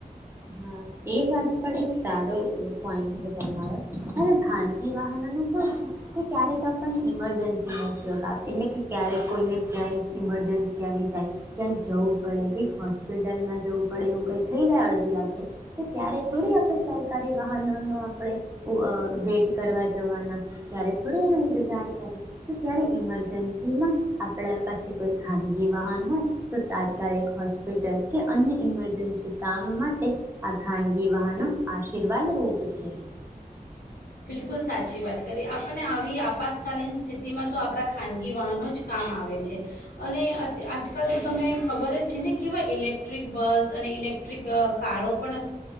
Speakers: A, on the right; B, on the left.
A: હા એ વાત પણ એક સારો પોઈન્ટ છે તમારો અને ખાનગી વાહન નું કેવું છે. કે ક્યારેક આપને ઇમરજન્સી નથી હોતા એટલે કે ક્યારેક કોઈને ક્યાંય ઈમરજન્સી આવી જાય ક્યાંક જવું પડે કઈ હોસ્પિટલમાં જવું પડે એવું કઈ થઈ જાય અડધી રાત્રે તો ત્યારે થોડી આપણે સરકારી વાહનો ન આપણે વેટ કરવા જવાના ત્યારે થોડી એનો ઇંતજાર કરે તો ત્યારે ઈમરજન્સીમાં આપણા પાસે કોઈ ખાનગી વાહન હો તો તાત્કાલિક હોસ્પિટલ કે અન્ય ઇમરજન્સી કામ માટે આ ખાનગી વાહ ન આશીર્વાદ રૂપ છે.
B: બિલકુલ સાચી વાત કરી આપણને આવી આપાતકાલીન સ્થિતિમાં તો આપણા ખાનગી વાહનો જ કામ આવે છે અને આજ આકાલ તો તને ખબર જ છે ને કેવા ઇલેક્ટ્રિક બસ અને ઇલેક્ટ્રિક કારો પણ